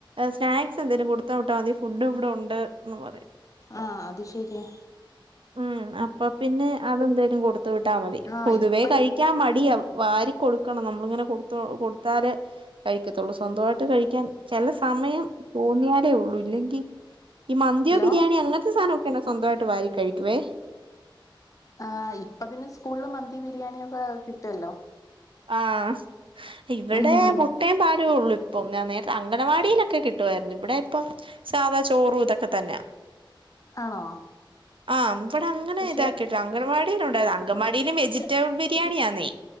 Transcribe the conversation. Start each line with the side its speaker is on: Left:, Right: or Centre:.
Right: സ്നാക്സ് എന്തേലും കൊടുത്ത് വിട്ടാൽ മതി ഫുഡ് ഇവിടെ ഉണ്ട് എന്ന് പറയും
Left: ആഹ് അത് ശരിയാ
Right: ഊം അപ്പ പിന്നെ അതെന്തെ കൊടു ത്ത് വിട്ടാൽ മതി
Left: ആഹ്
Right: പൊതുവേ
Left: ഇപ്പ
Right: കഴിക്കാൻ
Left: ഈ
Right: മടിയാ വാരി കൊടുക്കണം നമ്മ മ്മള്ങ്ങനെ കൊടുത്തോ കൊടുത്താലേ കഴിക്കത്തൊള്ളൂ സ്വന്തമായിട്ട് കഴിക്കാൻ സമയം തോന്നിയാൽ ലേ ഉള്ളൂ ഇല്ലെങ്കി ഈ മന്തിയോ
Left: ഹലോ
Right: ബിരിയാണിയോ അങ്ങനത്തെ സാധന പിന്നെ സ്വന്തമായിട്ട് വാരി കഴിക്കുവേ
Left: ആ ഇപ്പതിന് സ്കൂളില് മന്തി ബിരിയാണി ഒക്കെ കിട്ടല്ലോ
Right: ആഹ് ഇവിടെ
Left: ഉം
Right: മുട്ടയും പാലു ഉള്ളു ഇപ്പം നെ നേരത്തെ അംഗണവാടിയിലൊക്കെ കിട്ടുവായിരുന്നു ഇവിടെ ഇപ്പം സാദാ ചോറു ഇത ക്കെ തന്നാ
Left: ആണോ
Right: ആം ഇവിടെ അങ്ങനെ
Left: പക്ഷെ
Right: ഇതാക്കിയിട്ടുള്ള അങ്കൻവാടിയില ഉണ്ടായിരുന്നു അങ്കൻവാടിയിലും വെജിറ്റബിൾ
Left: പക്ഷെ
Right: ബിരിയാണിയാന്നേ